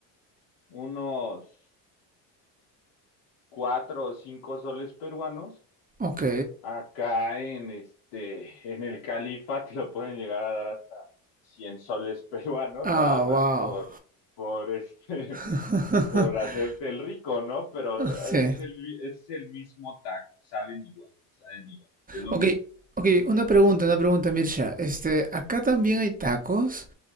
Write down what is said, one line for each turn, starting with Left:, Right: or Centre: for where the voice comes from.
Left: unos cuatro o cinco soles peruanos.
Right: Ok.
Left: Acá en este, en el Califa te lo pueden llegar a dar hasta cien soles peruanos,
Right: Ah,
Left: nada más
Right: wow.
Left: por, por este, <laughs>
Right: <laughs>
Left: por hacerte el rico, ¿no? Pero
Right: Sí.
Left: es el, es el mismo taco, saben igual, saben igual, es lo
Right: Ok,
Left: mismo.
Right: ok, una pregunta, una pregunta, Mirsha. Este, ¿acá también hay tacos?